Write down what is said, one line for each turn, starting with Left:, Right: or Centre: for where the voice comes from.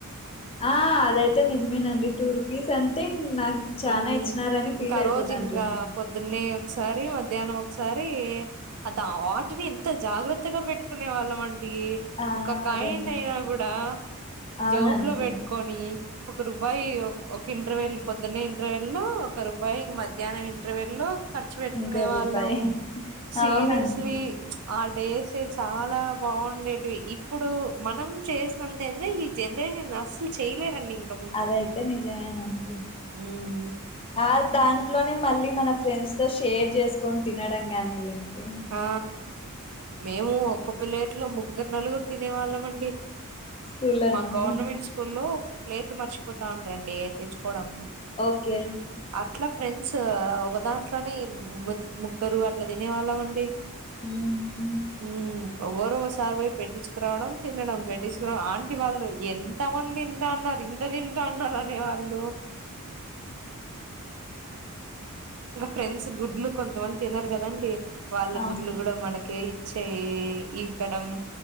Left: ఆ అదైతే నిజమేనండి, టూ రూపీస్ అంటే నాకి చానా
Right: మ్మ్
Left: ఇచ్చినారని
Right: ఇంకా
Left: ఫీల్
Right: ఆ
Left: అయిపోతా
Right: రోజు
Left: అంటి
Right: ఇంకా
Left: <unintelligible>
Right: పొద్దున్నే ఒకసారి, మధ్యాహ్నం ఒకసారి అదాటిని ఎంత జాగ్రత్తగా పెట్టుకునే వాళ్ళం అండి.
Left: ఆ
Right: ఒక కాయిన్
Left: రెండు రూపాయ
Right: అయినా గుడా,
Left: అవునండి
Right: జోబులో పెట్టుకు కొని, ఒక రూపాయి ఒక ఇంట్రవేల్ పొద్దున్నే ఇంటర్వెల్లో ఒక రూపాయి, మధ్యాహ్నం ఇంటర్వేల్ లో ఖర్చు పెట్టుకునే
Left: ఇంకో
Right: వాళ్ళం,
Left: రూపాయి
Right: సీరియస్లీ
Left: అవునండి
Right: ఆ డేసే చాలా బాగుండేటివి, ఇప్పుడు మనం చేసినంత ఎంజాయ్ ఇంగ్ జనరేషన్ అస్సలు చేయలేరండి ఇంగ్.
Left: అదైతే నిజమేనండి.
Right: ఉమ్మ్
Left: ఆ దాంట్లోనే మళ్ళీ మన ఫ్రెండ్స్ తో షేర్ జేసుకొని తినడం గానీ లేండి.
Right: ఆ మేము ఒక ప్లేట్లో ముగ్గురు, నలుగురు తినే వాళ్ళమండి.
Left: స్కూల్లోనా
Right: మాక్
Left: అండి
Right: గవర్నమెంట్ స్కూల్లో ప్లేట్లు మర్చిపోతా ఉంటారండి ఏ తెచ్చుకోవడం.
Left: ఓకే
Right: అట్లా ఫ్రెండ్స్, ఒక దాంట్లోనే ఇమ్ ముగ్గురు అట్లా తినేవాళ్ళం అండి.
Left: ఉహుమ్
Right: ఉమ్మ్ ఎవరో ఓసారి పోయి పెట్టించుకురావడం తినడం, పెట్టించుకురా ఆంటి వాళ్ళు ఎన్ ఎంతమంది తింటా ఉన్నారు, ఇంత తింటా ఉన్నారు అనే వాళ్ళు. ఇగా ఫ్రెండ్స్ గుడ్లు కొంతమంది తినారు కదండి, వాళ్ళ
Left: అవును
Right: గుడ్లు కూడా మనకే ఇ చేయి ఈపడం